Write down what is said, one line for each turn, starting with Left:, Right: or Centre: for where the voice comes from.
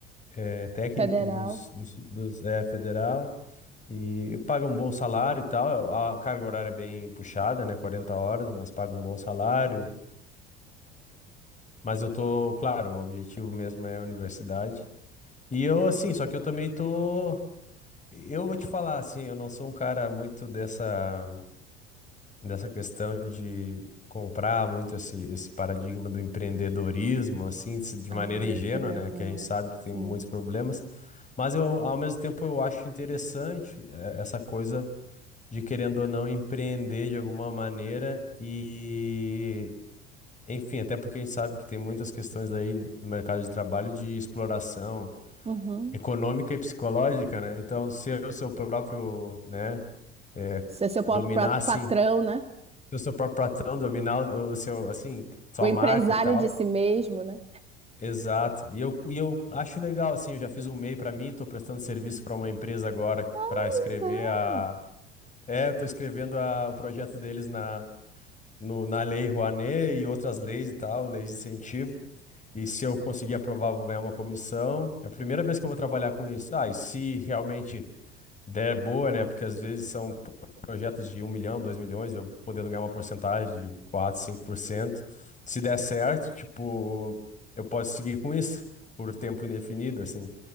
Left: eh, Técnico
Right: federal?
Left: dos, dos, dos eh, Federal. E paga um bom salário e tal. A carga horária é bem puxada, né, 40 horas, mas paga um bom salário. Mas eu tô, claro, o objetivo mesmo é a universidade. E eu, assim, só que eu também tô. Eu vou te falar, assim, eu não sou um cara muito dessa. dessa questão de comprar muito esse, esse paradigma do empreendedorismo, assim, de de
Right: Ah,
Left: maneira ingênua,
Right: eu também
Left: né?
Right: não.
Left: Que a gente sabe que
Right: Sim.
Left: tem muitos problemas, mas eu, ao mesmo tempo, eu acho interessante eh, essa coisa de, querendo ou não, empreender de alguma maneira e, enfim, até porque a gente sabe que tem muitas questões aí no no mercado de trabalho de exploração
Right: Uhum.
Left: econômica e psicológica, né? Então, ser o seu próprio, né? eh,
Right: Ser seu próprio
Left: dominasse
Right: pra- patrão, né?
Left: o seu próprio patrão, dominar o o seu, assim, sua
Right: O empresário
Left: marca e tal.
Right: de si mesmo, né?
Left: Exato. E eu, e eu acho legal, assim, eu já fiz um e-mail para mim, estou prestando serviço para uma empresa agora
Right: Ah,
Left: para escrever
Right: legal.
Left: a. É, estou escrevendo a- o projeto deles na, no- na Lei Rouanet e outras leis e tal, leis de incentivo. E se eu conseguir aprovar, eu vou ganhar uma comissão. É a primeira vez que eu vou trabalhar com isso. Ah, e se realmente Ideia é boa, né? Porque às vezes são projetos de um milhão, 2 milhões, eu podendo ganhar uma porcentagem de quatro cinco por cento Se der certo, tipo, eu posso seguir com isso por tempo indefinido, assim.